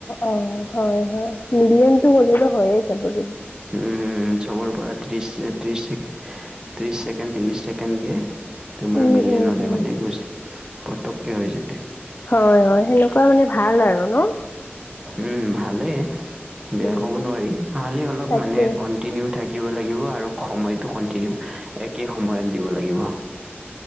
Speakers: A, on the left (about 45°); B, on the right (about 15°).
A: অ হয় হয় মিলিয়নটো হলেতো হৈয়ে যাব যেনেকে।
B: উম উম চবৰ পৰা ত্ৰিশ ত্ৰিশ ত্ৰিশ ছেকেণ্ড ত্ৰিশ ছেকেণ্ড কে তোমাৰ
A: উম
B: মিলিয়ন
A: উম
B: হলে
A: উম
B: মানে গুছ পতককে হৈ যায়।
A: হয় হয় সেনেকুৱা মানে ভাল আৰু ন।
B: উম ভালেই, বেয়া
A: উম
B: ক'ব নোৱাৰি খালি অলপ
A: তাকে
B: মানে কন টিনিউ থাকিব লাগিব আৰু সময়টো কন্টিনিউ একে সময়ত দিব লাগিব।